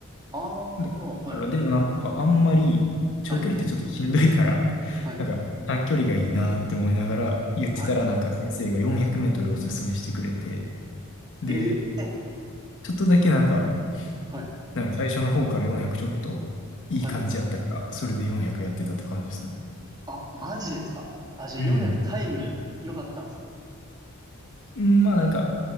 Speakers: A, on the right; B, on the left.
A: ああ、
B: だからでもなんかあんまり長距離ってちょっとしんどいから、
A: はい、はい、
B: <laughs>
A: はい、
B: なんか短距離がいいなって思いながら言ってたらなんか先生が400メートルおすすめしてくれて、
A: はい。
B: で、
A: ええ
B: ちょっとだけなんか、
A: はい、
B: なんか最初の方から400ちょっといい感じやったから、
A: はい。
B: それで400やってたって感じですね。
A: あ、マジですかあ、じゃあ400タイム良かったんですか
B: うん。うんまあなんか、